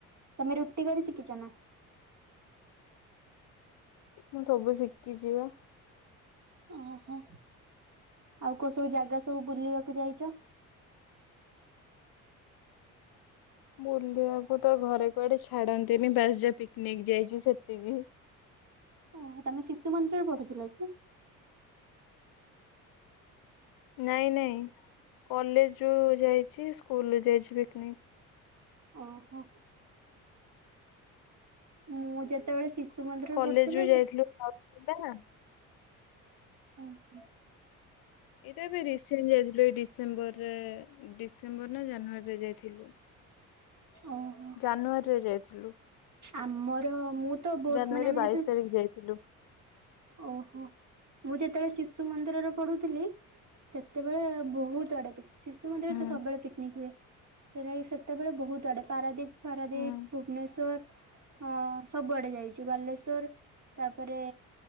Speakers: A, on the right; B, on the left.
A: ତମେ ରୁଟି କରି ଶିଖିଛ ନାଁ?
B: ମୁଁ ସବୁ ଶିଖିଛି ବା।
A: ଓହୋ ଆଉ କୋଉ ସବୁ ଜାଗା ସବୁ ବୁଲିବାକୁ ଯାଇଛ।
B: ବୁଲିବାକୁ ତ ଘରେ କୁଆଡେ ଛାଡନ୍ତିନି ବାସ ଯା ପିକନିକ ଯାଇଛି ସେତିକି।
A: <inaudible> ଓ ତମେ ଶିଶୁ ମନ୍ଦିର ରେ ପଠୁଥିଲ କି?
B: ନାଇଁ ନାଇଁ କଲେଜ ଯୋଉଁ ଯାଇଛି ସ୍କୁଲ ଯାଇଛି ପିକନିକ।
A: ଓହୋ। ମୁଁ ଯେତେବେଳେ ଶିଶୁ ମନ୍ଦିରରେ
B: କଲେଜ
A: ପଢୁଥିଲି
B: ରୁ ଯାଇଥିଲୁ
A: ସେ
B: <inaudible>
A: ଓ ହୋ।
B: ଏଇଟା ଏଵେ ରିସ ଥିଲ ଏ ଡିସେମ୍ବର ରେ ଡିସେମ୍ବର ନା ଜାନୁରୀରେ ଯାଇଥିଲୁ
A: ଓହୋ
B: ଜାନୁଆରୀରେ ଯାଇଥିଲୁ
A: ଆମର ମୁଁ ତ ବହୁତ
B: ଜାନୁଆରୀ
A: ମାନେ ଆମେ
B: ବାଇଶି
A: ଯେତେ
B: ତାରିଖ ଯାଇଥିଲୁ।
A: ଓହୋ ମୁଁ ଯେତେବେଳେ ଶିଶୁ ମନ୍ଦିରରେ ପଢୁଥିଲି ସେତେବେଳେ ବହୁତ ଆଡେ ଶିଶୁ ମନ୍ଦିର
B: ହୁଁ।
A: ତ ସବୁବେଳେ ପିକିନିକ୍ ହୁଏ। ସେଇରା ସେତେବେଳେ ବହୁତ ଆଡେ ପାରାଦୀପ ପାରାଦୀପ
B: ହୁଁ
A: ଭୁବନେଶ୍ଵର ହଁ ସବୁଆଡେ ଯାଇଛୁ ବାଲେଶ୍ଵର ତାପରେ